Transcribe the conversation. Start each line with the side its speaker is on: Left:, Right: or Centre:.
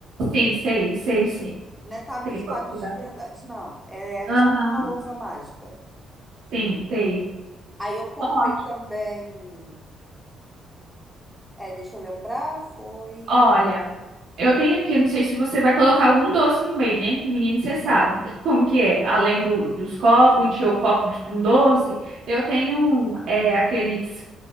Right: Sim, sei, sei, sim.
Centre: Não é tablet,
Right: Sei qual
Centre: tablet
Right: que você tá.
Centre: de verdade, não. É
Right: Aham,
Centre: tipo uma lousa mágica.
Right: sim, sei.
Centre: Aí eu comprei
Right: Ótimo.
Centre: também. É, deixa eu lembrar, foi.
Right: Olha, eu tenho aqui, eu não sei se você vai colocar algum doce no meio, né? Que menino, você sabe como que é. Além do, dos copos, encher o copo de- com doce, eu tenho um, é, aqueles...